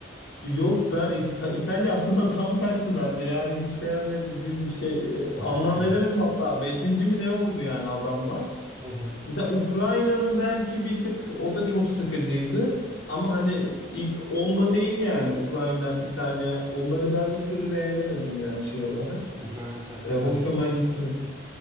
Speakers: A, on the left (about 85°); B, on the right (about 15°).
A: Yok ben İta- İtalya aslında <laughs> tam tersi bende yani hiç beğenmedim gibi bir şey Ee,
B: <laughs>
A: anlam
B: Ha.
A: veremedim hatta beşinci mi ne oldu yani adamlar.
B: <laughs>
A: Mesela Ukrayna'nın belki bir tık o da çok sıkıcıydı ama hani ilk onda değil yani Ukrayna, İtalya onları ben bir türlü beğenemedim yani şey olarak
B: Ukrayna şarkısını
A: Ee, hoşuma
B: ben de beğenmedim
A: gitmedi.
B: ya.